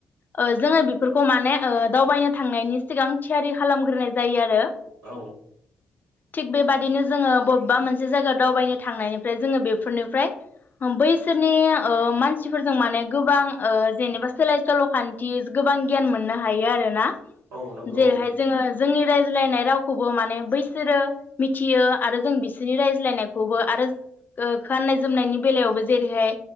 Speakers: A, on the left (about 35°); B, on the right (about 80°).
A: ओ जोङो बेफोरखौ माने ओ दावबायनो थांनायनि सिगां थियारि खालामग्रोनाय जायो आरो
B: औ
A: थिग बेबादिनो जोङो बबेबा मोनसे जायगायाव दावबायनो थांनायनिफ्राय जोङो बेफोरनिफ्राय बैसोरनि ओ मानसिफोरजों माने गोबां ओ जेनेबा सोलाय सोल खान्थि गोबां गियान मोननो हायो आरोना
B: औ नंगौ
A: जेरैहाय जोङो जोंनि रायज्लायनाय रावखौबो माने बैसोरो मिथियो आरो जों बिसोरनि रायज्लायनायखौबो आरो ओ गाननाय जोमनायनि बेलायावबो जेरैहाय